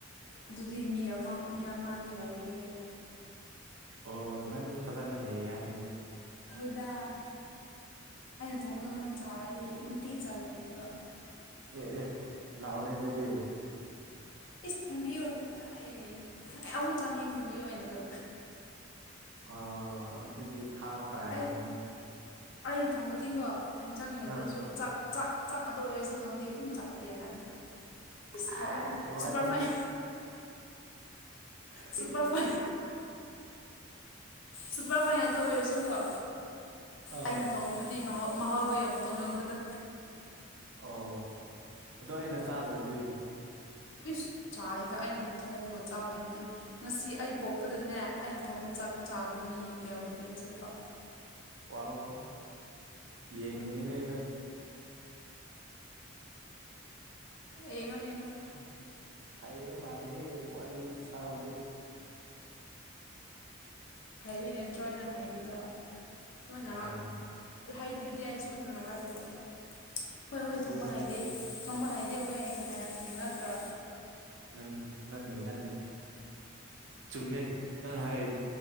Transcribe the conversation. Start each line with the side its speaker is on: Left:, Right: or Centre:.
Left: ꯑꯗꯨꯗꯤ ꯃꯤ ꯑꯃ ꯃꯤ ꯑꯃꯅꯤ ꯋꯥꯔꯤꯅꯤ ꯀꯩꯅꯣ
Right: ꯑꯣ ꯅꯪꯗꯤ ꯐꯖꯅ ꯍꯩꯌꯦ ꯍꯥꯏꯅꯤ
Left: ꯍꯣꯏꯗ ꯑꯩꯅ ꯊꯣꯡꯕꯗ ꯅꯪ ꯆꯥꯔꯗꯤ ꯅꯨꯡꯇꯤ ꯆꯥꯅꯤꯡꯉꯅꯦꯕ
Right: ꯑꯦ ꯑꯦ ꯂꯥꯛꯑꯣꯅꯦ ꯑꯗꯨꯗꯤ
Left: ꯏ ꯊꯣꯡꯕꯤ ꯑꯦ ꯑꯩ ꯑꯃꯨꯠ ꯆꯥꯅꯤꯡꯌꯦ ꯊꯣꯡꯕꯤꯌꯣ ꯑꯣꯏꯅꯒ
Right: ꯑꯣ ꯑꯗꯨꯗꯤ ꯐꯥꯕ ꯇ ꯍꯥꯏꯔꯅꯤ
Left: ꯑꯩ
Right: ꯅ
Left: ꯑꯩꯅ ꯊꯣꯡꯕꯗꯤꯀꯣ ꯏꯟꯁꯥꯡꯉꯎꯗ꯭ꯔꯁꯨ
Right: ꯑꯥ
Left: ꯆꯥꯛ ꯆꯥꯛ ꯆꯥꯛ ꯉꯥꯛꯇ ꯑꯣꯏꯔꯁꯨ ꯅꯪꯗꯤ ꯑꯗꯨꯝ ꯆꯕ ꯌꯥꯔꯅꯤ
Right: ꯍꯥꯏ
Left: ꯁꯥꯎꯦꯅ
Right: ꯋꯥꯔꯤ
Left: ꯁꯨꯄꯔ ꯐꯥꯏꯟ
Right: ꯋꯥꯔꯤꯗꯤ
Left: ꯁꯨꯄꯔ ꯐ ꯁꯨꯄꯔ ꯐꯥꯏꯟ ꯉꯥꯛꯇ ꯑꯣꯏꯔꯁꯨꯀꯣ
Right: ꯑꯥ
Left: ꯑꯩꯅ ꯊꯣꯡꯉꯨꯕꯨꯗꯤ ꯃꯍꯥꯎ ꯃꯍꯥꯎꯗꯣ ꯌꯥꯝ ꯇꯣꯡꯉꯝꯕꯗ
Right: ꯑꯣ ꯑꯗꯣ ꯑꯩꯅ ꯆꯥꯗ꯭ꯔꯗꯤ
Left: ꯑꯁ ꯆꯥꯅꯤꯗ ꯑꯩꯅ ꯊꯣꯡꯉꯨꯕ ꯆꯥꯗꯗꯤ ꯉꯁꯤ ꯑꯩ ꯄꯣꯛꯄꯗꯅꯦ ꯑꯩꯅ ꯊꯣꯡꯕ ꯆꯥꯛ ꯆꯥꯗꯕ ꯃꯤ ꯌꯥꯎꯗ꯭ꯔꯦ ꯍꯧꯖꯤꯛꯐꯥꯎ
Right: ꯋꯥꯎ ꯌꯦꯡꯉꯒꯅꯦꯔ
Left: ꯌꯦꯡꯉꯣ ꯌꯦꯡꯉꯣ
Right: ꯍ ꯍꯥꯏꯌꯦꯌ ꯃꯥꯂ ꯍꯦ ꯋꯥꯔꯤ ꯋꯥꯔꯤ ꯈꯨꯨꯁꯥꯕꯗꯤ
Left: ꯍꯥꯏꯕꯤ ꯅꯠꯇ꯭ꯔꯣꯅ ꯍꯥꯏꯕꯗ ꯁꯃꯥꯏ ꯉ
Right: ꯑꯣ
Left: ꯑꯗꯨꯗꯤ ꯑꯩ ꯑꯁꯨ ꯉ ꯂꯥꯛꯑꯕ ꯍꯣꯏ ꯍꯣꯏ
Right: ꯑꯗꯨꯅꯦ
Left: ꯊꯣꯡꯕ ꯍꯥꯏꯗꯦ
Right: ꯑꯗꯨꯅꯦ
Left: ꯊꯣꯡꯕ ꯍꯥꯏꯗꯦ ꯇ ꯍꯣꯏ ꯑꯩꯅ ꯍꯥꯏꯔꯛꯀꯅꯤ ꯅꯠꯇ꯭ꯔꯣ
Right: ꯅ ꯅꯅꯦꯦ ꯅ ꯆꯨꯝꯃꯦ ꯑ ꯍꯥꯏ